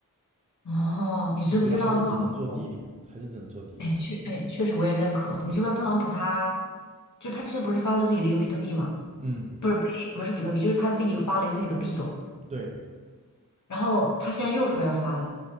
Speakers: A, on the left; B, on the right.
A: 哦，哦你知不知道特朗普？
B: 我觉得还是只能做低点，还是只能做低点。
A: 哎，确，哎，确实我也认可。你知不知道特朗普他，就他之前不是发了自己的一个比特币吗？
B: 嗯，
A: 不是，呸，不是比特币，就是他自己发了一个自己的币种，
B: 对
A: 然后他现在又说要发了。